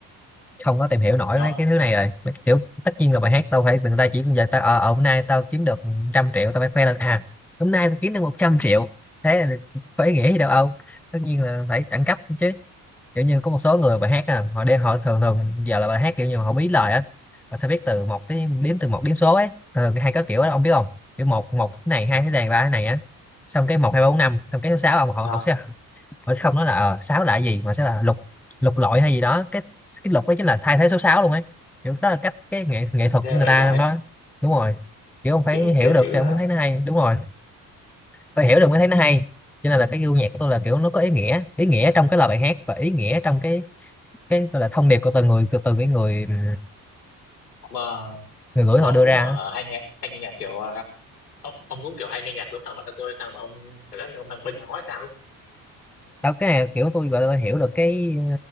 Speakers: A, in the centre; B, on the left.
A: không có tìm hiểu nổi
B: nhỏ
A: mấy cái thứ này rồi mấy cái kiểu tất nhiên là bài hát tao phải người ta chỉ giờ tao ờ ờ, hôm nay tao kiếm được trăm triệu tao phải khoe lên à hôm nay tao kiếm được một trăm triệu thế là có ý nghĩa gì đâu ông tất nhiên là phải đẳng cấp chứ kiểu như có một số người bài hát à, họ đi họ thường thường giờ là bài hát kiểu như họ bí lời á họ sẽ viết từ một tới đếm từ một đếm số ấy thường hay có kiểu đó ông biết không kiểu một một cái này hai cái này ba cái này á xong cái một hai ba bốn năm xong cái số sáu ông họ
B: ừ.
A: họ sẽ họ sẽ không nói là ờ sáu là cái gì mà sẽ là lục lục lọi hay gì đó cái cái lục đó chính là thay thế số sáu luôn ấy kiểu đó là cách cái nghệ nghệ thuật
B: Ghê
A: của người
B: vậy
A: ta
B: trái
A: trong đó đúng rồi kiểu ông phải
B: kiểu
A: hiểu
B: chơi
A: được
B: chữ
A: thì ông
B: hả
A: mới thấy nó hay đúng rồi phải hiểu được mới thấy nó hay cho nên là cái gu nhạc của tôi là kiểu nó có ý nghĩa ý nghĩa trong cái lời bài hát và ý nghĩa trong cái cái gọi là thông điệp của từng người từ từ cái người ừm,
B: mà
A: người gửi
B: mà
A: họ
B: ông
A: đưa
B: cũng
A: ra á.
B: hả, hay nghe hay nghe nhạc kiểu ờ, ông cũng kiểu hay nghe nhạc giống thằng bạn thân tôi sao mà ông kiểu lắm ông đang bênh nói sao ấy
A: đó cái này kiểu tôi gọi là tôi hiểu được cái